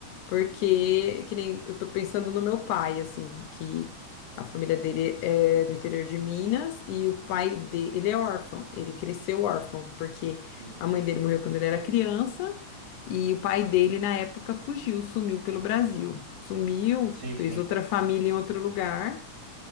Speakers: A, on the left; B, on the right.
A: porque, que nem eu tô pensando no meu pai, assim, que a família dele é do interior de Minas e o pai dele, ele é órfão, ele cresceu órfão, porque
B: Uhum.
A: a mãe dele morreu quando ele era criança e o pai dele, na época, fugiu, sumiu pelo Brasil. Sumiu,
B: Sim,
A: fez
B: sim,
A: outra família em outro lugar